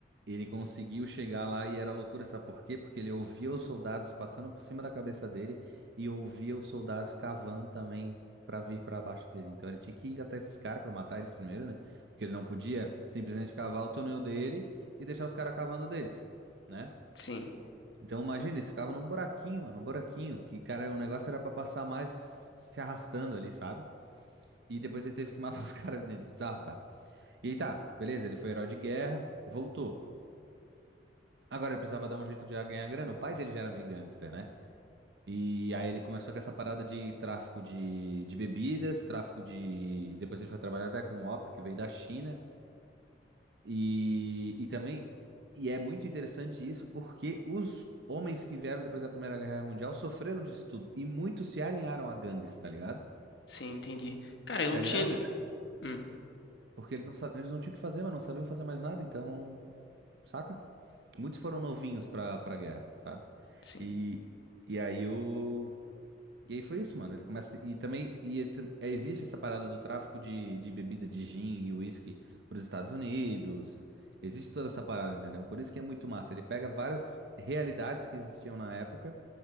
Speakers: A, on the right; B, on the left.
A: Ele conseguiu chegar lá e era loucura, sabe por quê? Porque ele ouvia os soldados passando por cima da cabeça dele e ouvia os soldados cavando também pra vir pra baixo dele. Então ele tinha que ir até esses caras pra matar eles primeiro, né? Porque ele não podia simplesmente cavar o túnel dele e deixar os caras cavando deles, né?
B: Sim,
A: Então imagina, eles ficavam num buraquinho, mano, num buraquinho, que cara, o negócio era pra passar mais se arrastando ali, sabe? E depois ele teve que <laughs> matar os caras ali dentro. Bizarro, tá? E aí tá, beleza, ele foi herói de guerra, voltou. Agora ele precisava dar um jeito de ganhar grana. O pai dele já era meio gangster, né? E aí ele começou com essa parada de tráfico de, de bebidas, tráfico de. Depois ele foi trabalhar até com o ópio, que veio da China. E, e também. E é muito interessante isso porque os homens que vieram depois da Primeira Guerra Mundial sofreram disso tudo. E muitos se alinharam a gangues, tá ligado?
B: sim, entendi. Cara, eu
A: Se
B: não
A: alinharam
B: tinha.
A: a gangues.
B: Hum,
A: Porque eles não, sa- eles não tinham o que fazer, mas não sabiam fazer mais nada, então. Saca? Muitos foram novinhos pra, pra guerra, sabe?
B: sim.
A: E, e aí o. E aí foi isso, mano. Ele começa. E também. E ele tam- é, existe essa parada do tráfico de, de bebida de gin e whisky para os Estados Unidos. Existe toda essa parada, entendeu? Por isso que é muito massa. Ele pega várias realidades que existiam na época